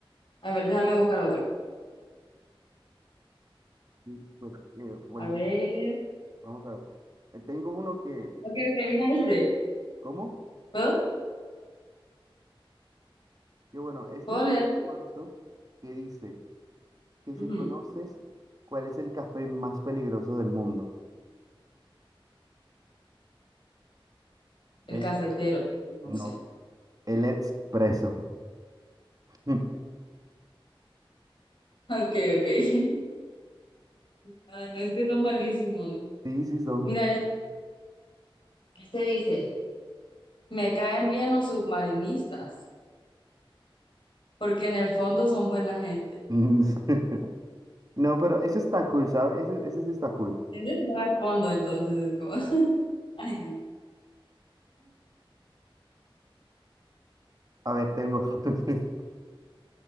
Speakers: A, on the left; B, on the right.
A: A ver, déjame buscar otro.
B: Y, Bueno, eh, volvemos.
A: A ver.
B: Vamos a ver. Eh, tengo uno que,
A: Ok,
B: que-
A: ok, mira este.
B: ¿Cómo?
A: ¿Puedo?
B: Que bueno, este
A: ¿Puedo
B: es
A: leerlo?
B: corto que dice que si
A: Ujú.
B: conoces cuál es el café más peligroso del mundo.
A: El
B: Es
A: cafetero. No
B: no.
A: sé. <laughs>
B: El expreso. <laughs>
A: Ok, ok. Ay, no, es que son malísimos.
B: Sí, sí son.
A: Mira este. Este dice, me caen bien los submarinistas, porque en el fondo son buena gente.
B: Mm, <laughs> No, pero eso está cool, ¿sabes? Eso, eso sí está cool.
A: ¿Entiendes? No hay fondo, entonces es como... <laughs> Ay, no.
B: A ver, tengo. <laughs>